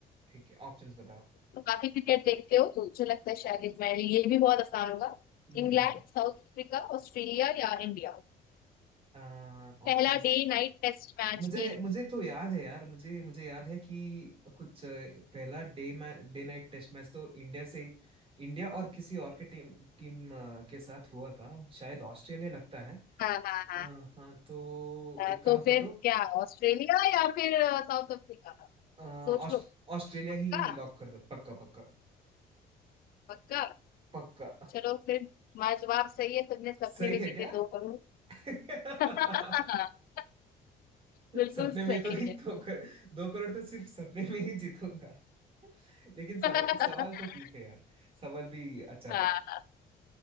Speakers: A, on the right; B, on the left.
A: ठीक है ऑप्शंस बताओ
B: तो काफी क्रिकेट देखते हो तो मुझे लगता है शायद इस- मैं ये भी बहुत आसान होगा
A: हम्म
B: इंग्लैंड
A: हम्म
B: साउथ अफ्रीका ऑस्ट्रेलिया या इंडिया
A: ऑप्शंस
B: पहला डे नाइट टेस्ट मैच
A: मुझे
B: की
A: मुझे तो याद है यार मुझे मुझे याद है कि कुछ अ, पहला day day night test match तो इंडिया से इंडिया और किसी और के टीम टीम अ, के साथ हुआ था शायद ऑस्ट्रेलिया लगता है
B: हाँ हाँ हाँ
A: हाँ हाँ तो
B: अ,
A: एक काम
B: तो
A: कर
B: फिर
A: दो
B: क्या ऑस्ट्रेलिया या फिर अ, साउथ अफ्रीका
A: अ, ऑस्ट-
B: सोच लो
A: ऑस्ट्रेलिया
B: पक्का
A: ही लॉक कर दो पक्का पक्का
B: पक्का
A: पक्का
B: चलो फिर हमारा जवाब सही है तुमने सपने
A: सही
B: में जीते
A: है क्या
B: दो करोड़
A: <laughs>
B: <laughs> बिल्कुल
A: सपने
B: सही
A: में तो ही दो
B: है
A: कर, दो करोड़ तो सिर्फ सपने में ही जीतूंगा <laughs> लेकिन सवाल
B: <laughs>
A: सवाल तो ठीक है यार सवाल भी अच्छा
B: हाँ
A: था